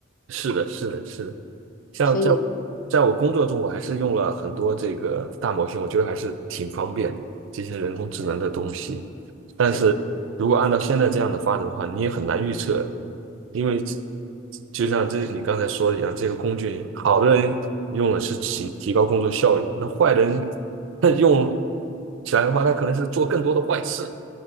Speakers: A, on the right; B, on the left.
A: 是的，是的，是的。像在我在我工作中，
B: 所以，
A: 我还是用了很多这个大模型，我觉得还是挺方便的，这些人工智能的东西。但是如果按照现在这样的发展的话，
B: 对，
A: 你也很难预测，因为就像这你刚才说的一样，这个工具好的人用了是提提高工作效率，那坏人他用起来的话，他可能是做更多的坏事，